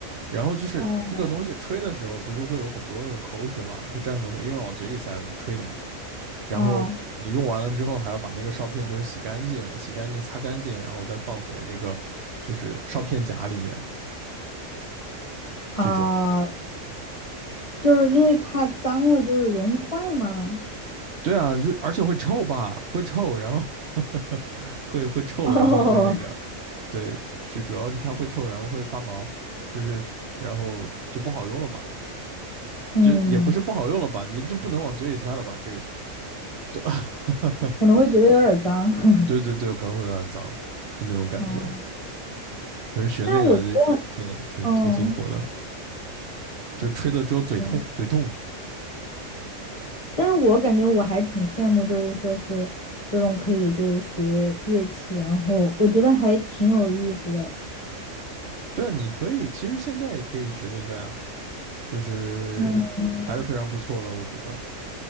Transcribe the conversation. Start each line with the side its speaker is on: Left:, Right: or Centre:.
Right: 然后就是那个东西吹的时候，
Left: 哦，
Right: 不是会有很多那种口水嘛，就沾很多口，因为往嘴里塞的嘛，吹的嘛。然后你用完了之后，
Left: 啊
Right: 还要把那个哨片就是洗干净、洗干净、擦干净，然后再放回那个就是哨片夹里面。
Left: 啊，
Right: 这种，
Left: 就是因为怕脏了，就是容易坏吗？
Right: 对啊，就而且会臭吧，会臭，然后 <laughs> 会会臭，
Left: <laughs> 哦，
Right: 然后会那个，对，就主要是它会臭，然后会发毛，就是然后就不好用了嘛，
Left: 嗯，
Right: 就也不是不好用了吧，你就不能往嘴里塞了吧，这个，对，<laughs>
Left: 可能会觉得有点儿脏。<laughs>
Right: 对对对，可能会有点脏，就那种感觉，
Left: 哦，
Right: 可是学那个就挺挺挺辛苦的。
Left: 但是我觉得，哦，
Right: 就吹的之后嘴痛，
Left: 嗯
Right: 嘴痛。
Left: 但是我感觉我还挺羡慕，就是说是这种可以就是学乐器，然后我觉得还挺有意思的。
Right: 对啊，你可以，其实现在也可以学一个呀，就是还是非常不错的，
Left: 嗯
Right: 我觉得，